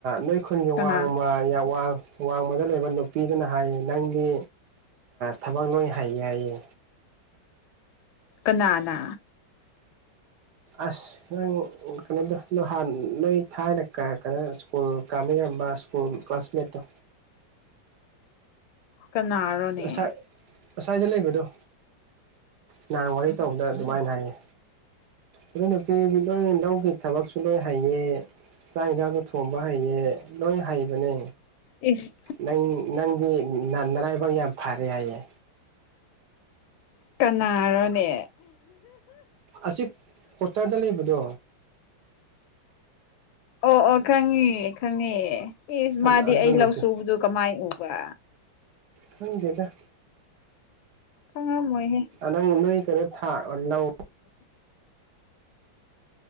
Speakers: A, on the right (about 65°); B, on the left (about 80°).
A: ꯅꯣꯏ ꯈꯨꯜꯒꯤ
B: ꯀꯅꯥ
A: ꯋꯥꯡꯃ ꯌꯥꯝ ꯋꯥ ꯋꯥꯡꯃꯗ ꯂꯩꯕ ꯅꯨꯄꯤꯗꯨꯅ ꯍꯥꯏꯌꯦ ꯅꯪꯗꯤ ꯊꯕꯛ ꯂꯣꯏ ꯍꯩꯌꯦ ꯍꯥꯏꯌꯦ
B: ꯀꯅꯥꯅ
A: ꯑꯁ ꯅꯪ ꯀꯩꯅꯣꯗ ꯅꯣꯢ ꯍꯥꯟ ꯅꯣꯏ ꯊꯥꯏꯅ ꯀꯩꯅꯣ ꯁꯀꯨꯜ ꯀꯥꯃꯤꯟꯅꯔꯝꯕ ꯁꯀꯨꯜ ꯀ꯭ꯂꯥꯁꯃꯦꯠꯇꯣ
B: ꯀꯅꯥꯔꯣꯅꯦ
A: ꯑꯁ ꯁꯨꯋꯥꯏꯗ ꯂꯩꯕꯗꯣ ꯅꯍꯥꯟ ꯋꯥꯔꯤ ꯇꯧꯕꯗ ꯑꯗꯨꯃꯥꯏꯅ ꯍꯥꯏꯌꯦ ꯑꯗꯨ ꯅꯨꯄꯤꯗꯣ ꯂꯧꯒꯤ ꯊꯕꯛꯁꯨ ꯂꯣꯏ ꯍꯩꯌꯦ ꯆꯥꯛ ꯌꯦꯟꯁꯥꯡꯗꯣ ꯊꯣꯡꯕ ꯍꯩꯌꯦ ꯂꯣꯏ ꯍꯩꯕꯅꯦ
B: ꯏꯁ
A: ꯅꯪ ꯅꯪꯗꯤ ꯅꯔꯥꯏꯕꯛ ꯌꯥꯝ ꯐꯔꯦ ꯍꯥꯏꯌꯦ
B: ꯀꯅꯥꯔꯣꯅꯦ
A: ꯑꯁꯤ ꯀꯋꯥꯇꯔꯗ ꯂꯩꯕꯗꯣ
B: ꯑꯣ ꯑꯣ ꯈꯪꯉꯦ ꯈꯪꯉꯦ ꯏꯁ
A: ꯑꯗꯨ
B: ꯃꯥꯗꯤ ꯑꯩ
A: ꯅꯨꯄꯤ
B: ꯂꯧꯁꯨꯕꯗꯨ ꯀꯃꯥꯏꯅ ꯎꯕ
A: ꯈꯪꯗꯦꯗ
B: ꯈꯡꯉꯝꯃꯣꯏꯍꯦ
A: ꯅꯪ ꯅꯣꯏ ꯀꯩꯅꯣ ꯊꯥ ꯂꯧ